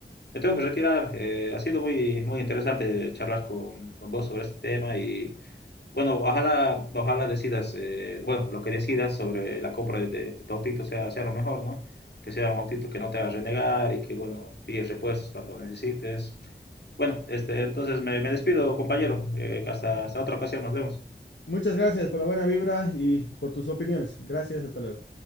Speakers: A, on the left; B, on the left.
A: me tengo que retirar. eh, ha sido muy, muy interesante charlar con, con vos sobre este tema y bueno, ojalá, ojalá decidas, eh, bueno, lo que decidas sobre la compra de, de- de tu autito sea, sea lo mejor, ¿no? Que sea un autito que no te haga renegar y que, bueno, pilles repuestos cuando necesites. Bueno, este, entonces me, me despido, compañero. Eh, hasta, hasta otra ocasión, nos vemos.
B: Muchas gracias por la buena vibra y por tus opiniones. Gracias, hasta luego.